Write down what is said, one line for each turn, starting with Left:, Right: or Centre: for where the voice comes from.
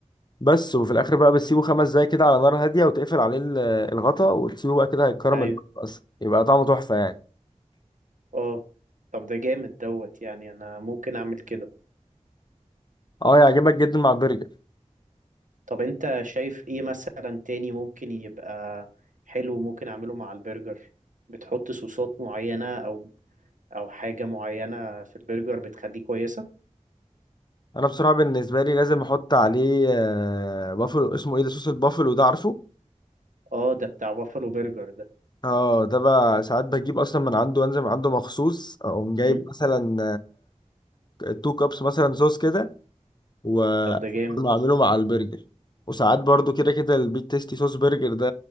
Left: بس وفي الاخر بقى بتسيبه خمس دقايق كده على نار هاديه وتقفل عليه ال- الغطا وتسيبه بقى كده هيتكرمل
Right: ايوه
Left: اصلا يبقى طعمه تحفه يعني
Right: اه طب ده جامد دوت يعني انا ممكن اعمل كده
Left: اه يعجبك جدا مع البرجر
Right: طب انت شايف ايه مثلا تاني ممكن يبقى حلو ممكن اعمله مع البرجر بتحط صوصات معينة او او حاجة معينة في البرجر بتخليه كويسة
Left: انا بصراحه بالنسبه لي لازم احط عليه آه، بافلو اسمه ايه ده صوص البافلو ده عارفه
Right: اه ده بتاع بافلو برجر ده
Left: اه ده بقى ساعات بجيب اصلا من عنده وانزل من عنده مخصوص اقوم جايب
Right: امم
Left: مثلا 2 كابس مثلا صوص كده واعمله
Right: طب ده جامد
Left: مع البرجر وساعات برضو كده كده البيت تيستي صوص برجر ده